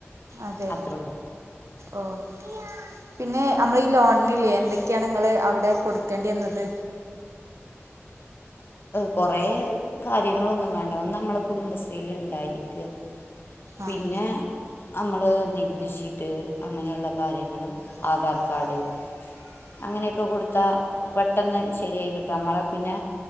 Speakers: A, on the right (about 80°); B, on the left (about 50°).
A: അതെ
B: അത്രോള്ള
A: ഓ പിന്നെ നമ്മള ഈ ലോണിനില്ലേ എന്തൊക്കെയാണ് നിങ്ങള് അവിടെ കൊടുക്കേണ്ടി വന്നത്
B: കുറെകാര്യങ്ങളൊന്നും വേണ്ട ഒന്ന് നമ്മള് കുടുംബശ്രീയില് ഉണ്ടായിരിക്കുക പിന്നെ
A: ആഹ്
B: നമ്മള് നികുതിഷീറ്റ് അങ്ങനെയുള്ള കാര്യങ്ങള് ആധാർകാർഡ് അങ്ങനെയൊക്കെ കൊടുത്താൽ പെട്ടെന്ന് ശരിയായി കിട്ടും നമ്മളെ പിന്നെ